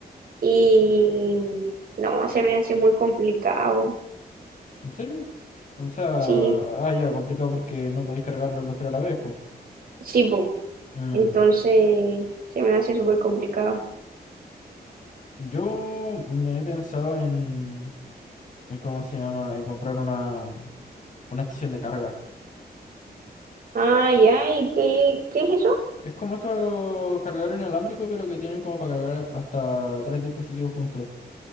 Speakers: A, on the right (about 60°); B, on the left (about 50°).
A: Y no, se me hace muy complicado.
B: ¿En serio? O sea,
A: Sí,
B: ah, ya, complicado porque no podéis cargarlo los tres a la vez, pues.
A: sí, bu.
B: Mm.
A: Entonces se me hace súper complicado.
B: Yo me he pensado en, en, ¿cómo se llama? En comprar una, una estación de carga.
A: Ah, ya, ¿y qué, qué es eso?
B: Es como estos cargadores inalámbricos, pero que tienen como para cargar hasta tres dispositivos juntos.